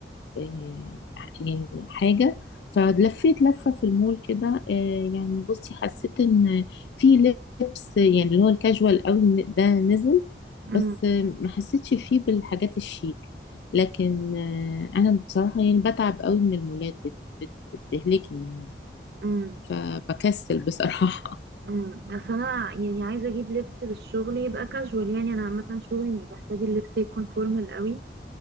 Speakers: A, on the left; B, on the right.
A: آه، يعني حاجة فلفيت لفة في المول كده آه، يعني بصي حسيت ان في لبس يعني اللي هو الكاجوال قوي ن- ده نزل
B: امم
A: بس آه، ما حسيتش فيه بالحاجات الشيك لكن آه، انا بصراحة يعني بتعب قوي من المولات بت- بت- بتهلكني المول
B: امم
A: فبكسل بصراحة
B: امم اصل انا يعني عايزه اجيب لبس للشغل يبقى كاجوال يعني انا عامه شغلي مش بحتاج اللبس يكون فورمال قوي